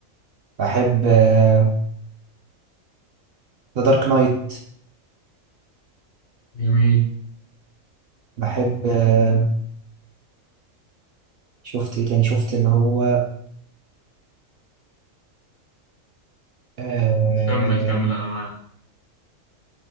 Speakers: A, on the right (about 65°); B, on the left (about 55°).
A: بحب ذا دارك نايت
B: جميل
A: بحب آه، شفت ايه تاني شفت اللي هو أه...
B: كمل كمل أنا معاك